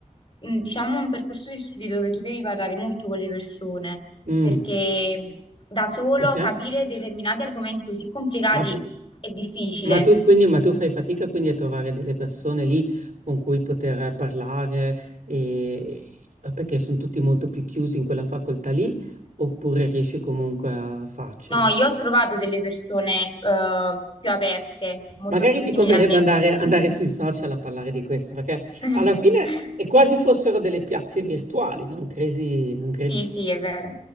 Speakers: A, on the left; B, on the right.
A: un, diciamo, un percorso di studi dove tu devi parlare molto con le persone,
B: mm,
A: perché da solo
B: perché?
A: capire determinati argomenti così complicati
B: Ma,
A: è difficile.
B: ma tu, quindi, ma tu fai fatica quindi a trovare delle persone lì con cui poter parlare e- eh, perché sono tutti molto più chiusi in quella facoltà lì, oppure riesci comunque a farcela?
A: No, io ho trovato delle persone eh, più aperte, molto
B: Magari
A: più simili
B: ti converrebbe
A: a me.
B: andare,
A: con cui parlo.
B: andare sui social a parlare di questo, perché
A: <laughs>
B: alla fine è quasi fossero delle piazze virtuali, non credi? Non credi?
A: Sì, sì, è vero,